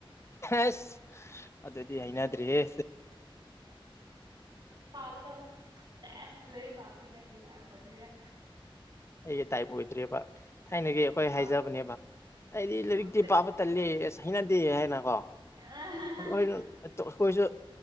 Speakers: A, on the left; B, on the right.
A: ꯑꯁ ꯑꯗꯨꯗꯤ ꯍꯩꯅꯗ꯭ꯔꯦ ꯍꯦ
B: ꯄꯥꯒꯗꯝ ꯆꯦꯁ ꯂꯏꯔꯤꯛ ꯄꯥꯕꯁꯦ ꯅꯪꯒꯤꯗꯥꯏ ꯑꯣꯏꯗꯨꯔꯦ
A: ꯑꯩꯒꯤ ꯇꯥꯏꯞ ꯑꯣꯏꯗ꯭ꯔꯦꯕ ꯊꯥꯏꯅꯒꯤ ꯑꯩꯈꯣꯏ ꯍꯥꯏꯖꯕꯅꯦꯕ
B: ꯑ
A: ꯍꯏꯗꯤ ꯂꯥꯏꯔꯤꯛꯇꯤ
B: ꯑ
A: ꯄꯥꯕ ꯇꯥꯟꯂꯦꯍꯦ ꯑꯁ ꯍꯩꯅꯗꯦꯍꯦ ꯍꯥꯏꯅꯀꯣ
B: ꯑ
A: ꯑꯩꯈꯣꯏꯁꯨ